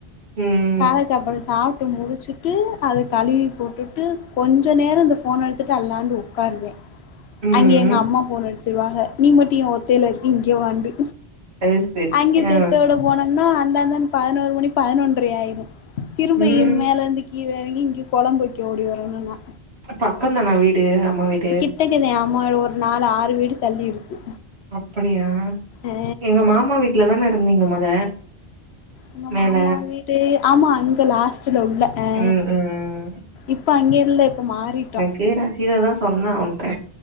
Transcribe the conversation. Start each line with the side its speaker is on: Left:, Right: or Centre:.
Right: ம்
Left: கால சாப்பாடு சாட்டு முடுச் டிச்சுட்டு அத கழுவி போட்டுட்டு கொஞ்ச நேரோ இந்த ஃபோன எடுத்துட்டு அல்லாண்டு ஒட்காருவே
Right: ம்
Left: அங்கே எங்க அம்மா ஃபோன் அடுச்சிருவாங்க நீ மட்டு ஏ ஒத்தையில இருக்க இங்கே வாண்டு
Right: அது செரி
Left: அங்க செத்தோட
Right: ஆ
Left: போனம்னா அந்தாஇந்தான் பதினோரு மணி பதினொன்ற ஆயிரு திரும்பயும்
Right: ம்
Left: மேல இருந்து கீழே எறங்கி இங்க கொழம்பு வெக்க ஓடி வரணு நா
Right: பக்கோ தானா வீடு அம்மா வீடு
Left: கிட்டக்கதே ஆமா ஒரு நாலு ஆறு வீடு தள்ளி இருக்கு
Right: அப்புடியா
Left: ஆ
Right: எங்க மாமா வீட்லதான இருந்தீங்க மொத
Left: உங்க மாமா
Right: மேல
Left: வீடு ஆமா அங்க லாஸ் ட்டுல உள்ள ஆ
Right: ம் ம்
Left: இப்ப அங்க இல்ல இப்ப மாறிட்டோ
Right: மீனாட்சி இததா சொன்னா ஒன்ட்ட